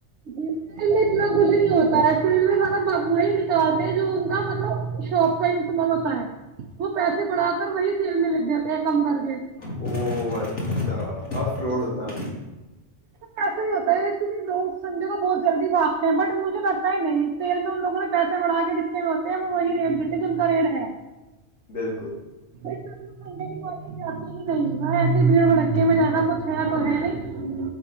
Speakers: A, on the right (about 70°); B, on the left (about 70°).
A: جی سیل میں اتنا کچھ نہیں ہوتا ہے سیل میں سدا ب وہی نکل آے جو ان کا مطلب شاپ کا ہی استعمال ہوتا ہے وہ پیسے بڑا کر وہی سیل میں لکھ دیتے ہیں کم کر کے
B: او اچھا ہف روڈ اتام
A: پسا ہی ہوتا ہے اس لیے لوگ سنجے کو بہت جلدی بھاگتے ہیں بٹ مجھے لگتا ہی نہیں تیل میں ان لوگوں نے پیسے بڑھا کے دکھے ہو میں ہوتے ہیں وہ وہی ریٹ دیتے جو ان کا ریٹ ہے
B: بالکل
A: م جاتی ہی نہیں ایسے بھیڑ بھکے میں جانا کچھ ہے تو ہے نہیں